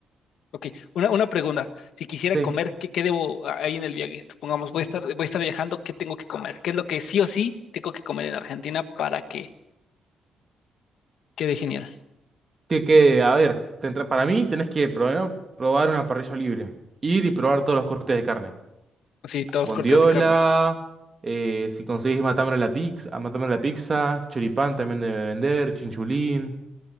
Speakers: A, on the left (about 75°); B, on the right (about 30°).
A: Ok, una, una pregunta. Si quisiera
B: Sí,
A: comer, ¿qué, qué debo a- ahí en el viaje? Supongamos, voy a estar, voy a estar viajando, ¿qué tengo que comer? ¿Qué es lo que sí o sí tengo que comer en Argentina para que quede genial?
B: que, que a ver, tendrá- para mí tenés que primero probar una parrilla libre, ir y probar todos los cortes de carne.
A: Así, todos
B: Bondiola,
A: cortes de carne.
B: eh, si conseguís matambre a la pizza, matambre a la pizza, choripán también debe vender, chinchulín.